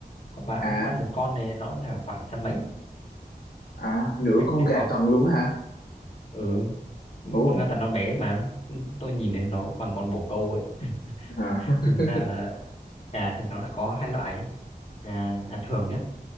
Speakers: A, on the left (about 40°); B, on the left (about 70°).
A: có bán
B: à
A: bát một con này nó là khoảng trăm mấy
B: à nửa
A: cái
B: con
A: cái
B: gà
A: có
B: tần luôn á hả
A: ừ
B: ồ
A: con gà tần nó bé mà tôi nhìn thấy nó bằng con bồ câu ấy <laughs>
B: à <laughs>
A: thực ra là gà thì nó lại có hai loại gà gà thường nhé